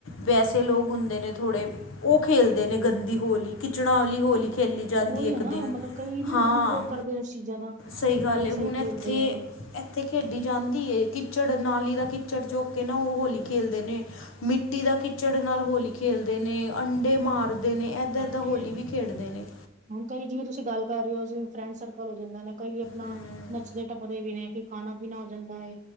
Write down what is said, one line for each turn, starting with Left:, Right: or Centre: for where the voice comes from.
Left: ਵੈਸੇ ਲੋਕ ਹੁੰਦੇ ਨੇ ਥੋੜੇ। ਉਹ ਖੇਲਦੇ ਨੇ, ਗੰਦੀ ਹੋਲੀ ਕਿਚੜਾਂ ਵਾਲੀ ਹੋਲੀ। ਖੇਲੀ ਜਾਂਦੀ
Right: ਉਹੀ
Left: ਏ ਇੱਕ
Right: ਹੈ ਨਾ
Left: ਦਿਨ।
Right: ਮਤਲਬ ਕਈ ਨਾ
Left: ਹਾਂ,
Right: ਦੁਰਉਪਯੋਗ ਕਰਦੇ ਉਸ ਚੀਜ਼ਾਂ ਦਾ
Left: ਸਹੀ
Right: ਤੇ
Left: ਗੱਲ
Right: ਕਈ
Left: ਹੈ।
Right: ਸਹੀ
Left: ਹੁਣ ਇੱਥੇ
Right: ਖੇਲਦੇ ਆ ਗੱਲ
Left: ਇੱਥੇ ਖੇਡੀ ਜਾਂਦੀ ਹੈ। ਕਿੱਚੜ, ਨਾਲੀ ਦਾ ਕਿੱਚੜ ਚੂਕ ਕੇ ਨਾ, ਉਹ ਹੋਲੀ ਖੇਡਦੇ ਨੇ। ਮਿੱਟੀ ਦਾ ਖਿੱਚੜ ਨਾਲ ਹੋਲੀ ਖੇਲਦੇ ਨੇ ਅੰਡੇ ਮਾਰਦੇ ਨੇ ਇੱਦਾਂ
Right: ਹਾਂਜੀ-ਹਾਂਜੀ।
Left: ਇੱਦਾਂ ਹੋਲੀ ਵੀ ਖੇਡਦੇ ਨੇ
Right: ਹੁਣ ਕਈ ਜਿਵੇਂ ਤੁਸੀਂ ਗੱਲ ਕਰ ਰਹੇ ਹੋ ਜਿਂ ਫਰੈਂਡ ਸਰਕਲ ਹੋ ਜਾਂਦਾ ਕਈ ਆਪਣਾ
Left: ਹੂੰ
Right: ਨੱਚਦੇ ਟੱਪਦੇ ਵੀ ਨੇ ਕਈ ਖਾਣਾ ਪੀਣਾ ਹੋ ਜਾਂਦਾ ਹੈ